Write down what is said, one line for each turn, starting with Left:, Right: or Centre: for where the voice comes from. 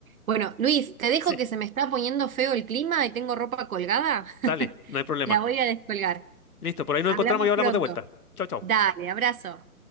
Right: Bueno, Luis, te dejo
Left: Sí,
Right: que se me está poniendo feo el clima y tengo ropa colgada.
Left: dale,
Right: <laughs>
Left: no hay problema.
Right: La voy a descolgar.
Left: Listo, por ahí nos
Right: Hablamos
Left: encontramos y hablamos
Right: pronto.
Left: de vuelta. Chao, chao.
Right: Dale, abrazo.